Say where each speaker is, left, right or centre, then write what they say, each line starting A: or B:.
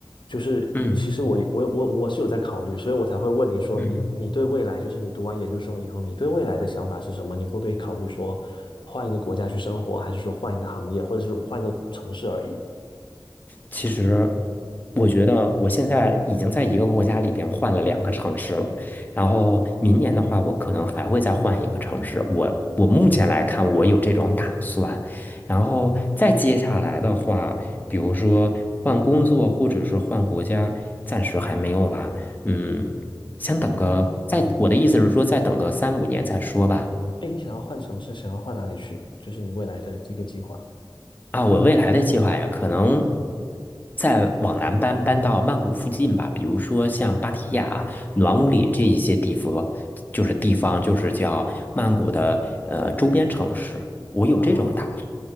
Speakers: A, on the left; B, on the left.
A: 就是其实我我我我是有在考虑，
B: 嗯
A: 所以我才会问你说你你对未来，
B: 嗯，
A: 就是你读完研究生以后，你对未来的想法是什么？你会不会考虑说换一个国家去生活，还是说换一个行业，或者是换一个城市而已？
B: 其实我觉得我现在已经在一个国家里边换了两个城市了，然后明年的话，我可能还会再换一个城市。我我目前来看，我有这种打算。然后再接下来的话，比如说换工作或者是换国家，暂时还没有吧。嗯，先等个，再，
A: 嗯，
B: 我的意思是说，再等个三五年再说吧。
A: 哎，你想要换城市，想要换哪里去？就是你未来的一个计划。
B: 啊，我未来的计划呀，可能再往南搬，搬到曼谷附近吧，比如说像芭提雅、暖武里这一些地方，就是地方，就是叫曼谷的呃周边城市。我有这种打算，
A: 哦，